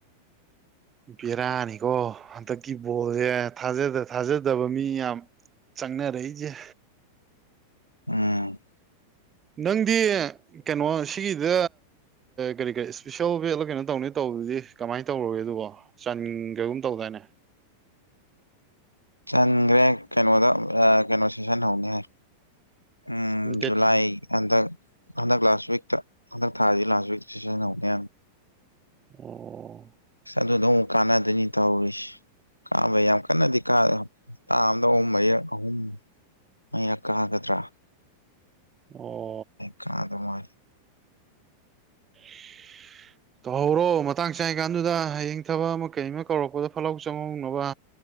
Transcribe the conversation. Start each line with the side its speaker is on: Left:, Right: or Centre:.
Right: ꯕꯦꯔꯥꯅꯤꯀꯣ ꯍꯟꯗꯛꯀꯤ ꯕꯣꯜꯁꯦꯥꯖ ꯊꯥꯖꯗꯕ ꯃꯤ ꯌꯥꯝ ꯆꯪꯅ ꯔꯍꯤꯁꯦ
Left: ꯎꯝ
Right: ꯅꯪꯗꯤ ꯀꯩꯅꯣ ꯁꯤꯒꯤꯗ ꯀꯔꯤ ꯀꯔꯤ ꯏꯁꯄꯤꯁꯦꯜ ꯕꯦꯜꯂꯣ ꯀꯩꯅꯣ ꯇꯧꯅꯤ ꯇꯧꯕ ꯑꯗꯨꯗꯤ ꯀꯃꯥꯏꯅ ꯇꯧꯔꯒꯦ ꯑꯗꯨꯕꯣ ꯆꯟ ꯀꯩꯒꯨꯝ ꯇꯧꯗꯥꯏꯅꯦ
Left: ꯆꯪꯈ꯭ꯔꯦ ꯀꯩꯅꯣꯗ ꯀꯩꯅꯣ ꯁꯦꯁꯟ ꯍꯧꯅꯤꯦ ꯍꯥꯏ ꯎꯝ
Right: ꯗꯦꯠ
Left: ꯖꯨꯂꯥꯏ
Right: ꯀꯌꯥ
Left: ꯑꯗ ꯍꯟꯗꯛ ꯂꯥꯁ ꯋꯤꯛꯇ ꯍꯟꯗꯛ ꯊꯥꯁꯤ ꯂꯥꯁ ꯋꯤꯛꯇ ꯁꯤꯖꯤꯟꯅꯍꯧꯅꯦ
Right: ꯑꯣ
Left: ꯀ ꯑꯗꯨꯗ ꯀꯥꯟꯗꯅꯤ ꯇꯧꯋꯁ ꯀꯥꯕꯩ ꯌꯥꯝ ꯀꯟꯅꯗꯤ ꯀꯥ ꯍꯞꯇꯥ ꯑꯗ ꯑꯍꯨꯝ ꯃ ꯑꯍꯨꯝ ꯃꯩꯔꯛꯀꯒꯗ꯭ꯔꯥ
Right: ꯑꯣ
Left: ꯀꯥ ꯑꯗꯨ ꯃꯥ
Right: <unintelligible> ꯇꯧꯍꯧꯔꯣ ꯃꯇꯥꯡ ꯆꯥꯀꯥꯟꯗꯨꯗ ꯍꯌꯦꯡ ꯊꯕꯛ ꯑꯃ ꯀꯩ ꯑꯃ ꯀꯧꯔꯛꯄꯗ ꯐꯠꯍꯧ ꯆꯪꯍꯧꯅꯕ